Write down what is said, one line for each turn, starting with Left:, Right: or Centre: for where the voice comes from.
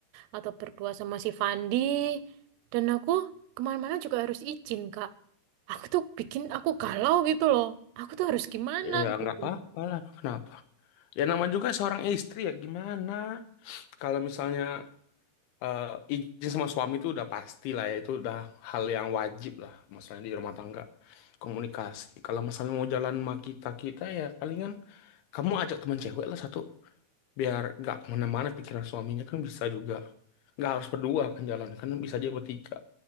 Right: atau berdua sama si Fandi. Dan aku kemana-mana juga harus izin, Kak. Aku tuh bikin aku galau gitu loh. Aku tuh harus gimana?
Left: Ya,
Right: gitu.
Left: nggak apa-apa lah. Kenapa? Ya, nama juga seorang istri ya gimana? Kalau misalnya eh, izin sama suami itu udah pasti lah ya. Itu udah hal yang wajib lah. Masalahnya di rumah tangga. Komunikasi. Kalau misalnya mau jalan sama kita-kita ya palingan kamu ajak teman cewek lah satu. biar nggak kemana-mana pikiran suaminya kan bisa juga nggak harus berdua kan jalan kan bisa aja bertiga